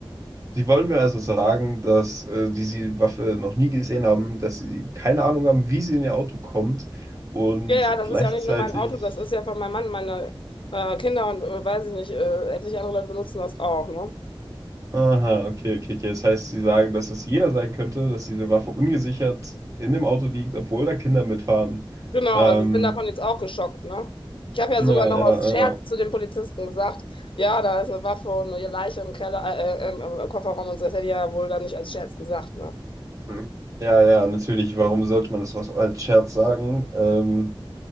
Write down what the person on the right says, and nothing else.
Sie wollen mir also sagen, dass äh, die Sie Waffe noch nie gesehen haben, dass Sie keine Ahnung haben, wie sie in Ihr Auto kommt und
gleichzeitig.
Aha, okay, okay, okay. Das heißt, Sie sagen, dass es jeder sein könnte, dass diese Waffe ungesichert in dem Auto liegt, obwohl da Kinder mitfahren.
Ähm,
ja,
ja,
ja,
Mhm. Ja, ja, natürlich. Warum sollte man das was als Scherz sagen? Ähm,